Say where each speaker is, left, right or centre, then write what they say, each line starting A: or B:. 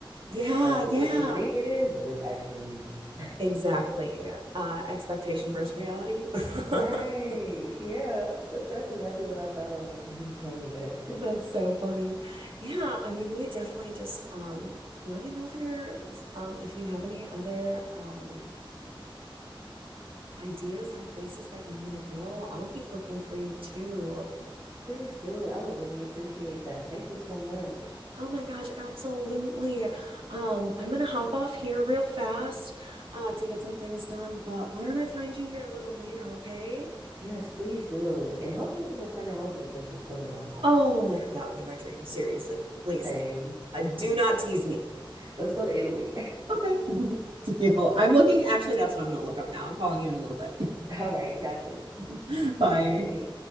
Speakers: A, on the right; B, on the right.
A: yeah
B: Like
A: yeah
B: what you think it is, what it actually is. <laughs>
A: exactly uh expectation versus reality
B: Right.
A: <laughs>
B: Yeah. That's exactly what I thought of when, <laughs> when you told me that.
A: That's so
B: <laughs>
A: funny. Yeah, I mean, we definitely just um let me know if you're um if you have any other um ideas on places that you want to go. I'll keep looking for you too.
B: Please do. I would really appreciate that. Thank you so much.
A: Oh my gosh, absolutely. Um, I'm gonna hop off here real fast uh to get some things done, but why don't I find you here a little later, okay?
B: Yes, please do. And hopefully we can plan our own vacation soon also.
A: Oh my God, that would be my dream. Seriously, please.
B: Same.
A: Uh, do not tease me.
B: Let's go to Italy.
A: Okay. <laughs> Deal. I'm looking, actually, that's what I'm going to look up now. I'm calling you in a little bit.
B: <laughs> All right, gotcha.
A: <laughs> Bye.
B: Bye.